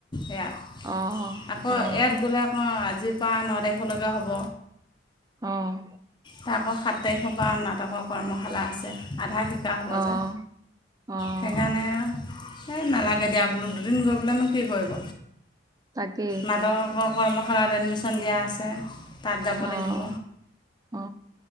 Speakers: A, on the left; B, on the right.
A: ইয়াত
B: অ অ
A: আকৌ ইয়াত
B: অ
A: গ'লে আকৌ আজিৰ পৰা ন তাৰিখলৈকে হ'ব।
B: অ',
A: তাক সাত তাৰিখৰ পৰা নাটকৰ কৰ্মশালা আছে। আধা শিকা হ'ব
B: অহ
A: যে
B: অহ।
A: সেইকাৰণে এই নালাগে দিয়া বোলো দুদিন গৈ বোলেনো কি কৰিব,
B: তাকেই
A: মাদকক কৰ্মশালাত এডমিশন দিয়া আছে তাত যাব
B: অ',
A: লাগিব।
B: অ'।